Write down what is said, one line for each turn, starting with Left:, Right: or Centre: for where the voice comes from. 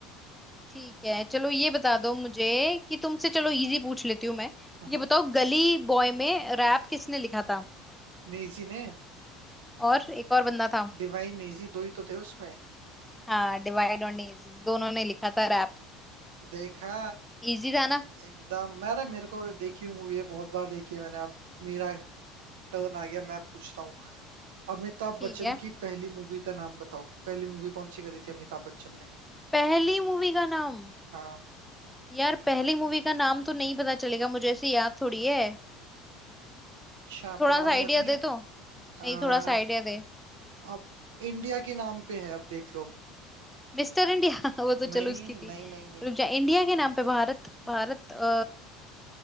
Centre: ठीक है चलो ये बता दो मुझे कि तुमसे चलो इजी पूछ लेती हूँ मैं
Right: हाँ
Centre: ये बताओ गली बॉय में रैप किसने लिखा था
Right: नेजी ने
Centre: और एक और बंदा था
Right: डिवाइन नेजी दो ही तो थे उसमें
Centre: हाँ डिवाइड और इजी दोनों ने लिखा था रैप
Right: देखा
Centre: इजी था ना
Right: एकदम मेरे मेरे को देखी हुई मूवी है बहुत बार देखी है मैंने अब मेरा टर्न आ गया मैं पूछता हूँ अमिताभ
Centre: ठीक
Right: बच्चन
Centre: है
Right: की पहली मूवी का नाम बताओ पहली मूवी कौन सी करी थी अमिताभ बच्चन ने
Centre: पहली मूवी का नाम
Right: हाँ
Centre: यार पहली मूवी का नाम तो नहीं पता चलेगा मुझे ऐसे याद थोड़ी है
Right: अच्छा आपको
Centre: थोड़ा
Right: नाम
Centre: सा आइडिया
Right: याद नहीं
Centre: दे
Right: है
Centre: तो नहीं
Right: आ,
Centre: थोड़ा सा आइडिया दे
Right: अब इंडिया के नाम पे है अब देख लो
Centre: मिस्टर इंडिया <laughs> वो तो चलो
Right: नहीं
Centre: उसकी थी
Right: नहीं नहीं नहीं
Centre: रुक जा इंडिया के नाम पे भारत भारत अ,